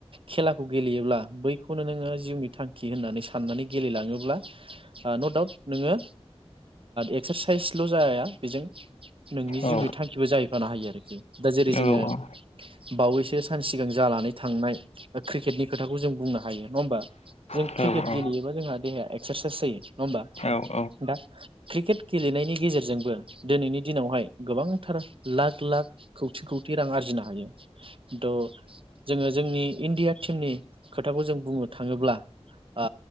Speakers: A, on the right; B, on the left.
A: खेलाखौ गेलेयोब्ला बैखौनो नोंङो जिउनि थांखि होननानै सानो साननानै गेलेलाङोब्ला न' दाउट नोङो एक्सारसाइसल' जाया बेजों नोंनि जिउनि
B: औ
A: थांखिबो जाहैफानो हायो आरोखि <inaudible> दा जेरै जोङो
B: औ औ
A: बावैसो सान सिगां जानानै थांनाय क्रिकेटनि खोथाखौ जों बुंनो हायो नङा होमबा जों
B: नंगौ
A: क्रिकेट गेलेयोबा जोंहा देहाया एक्सारसाइस जायो नङा होमबा
B: नंगौ
A: दा क्रिकेट गेलेनायनि गेजेरजोंबो दिनैनि दिनावहाय गोबांथार लाख लाख खौथि खौथि रां आरजिनो हायो त' जोङो जोंनि इण्डिया टिमनि खोथाखौ जों बुंनो थाङोब्ला ओ